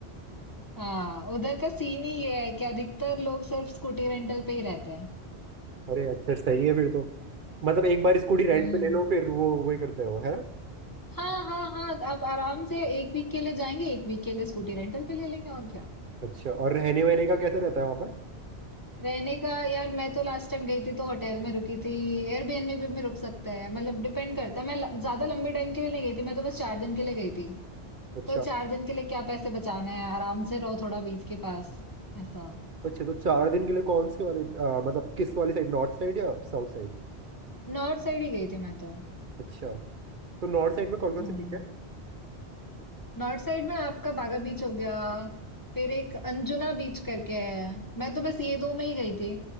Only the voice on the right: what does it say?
अरे अच्छा सही है फिर तो मतलब एक बार स्कूटी रेंट
पे ले लो फिर वो वही करते रहो है ना
अच्छा और रहने वहने का कैसे रहता है वहाँ पर
अच्छा
अच्छा तो चार दिन के लिए कौन से वाले आ, मतलब किस वाली साइड नॉर्थ साइड या साउथ साइड
अच्छा तो नॉर्थ साइड में कौन कौन
से बीच है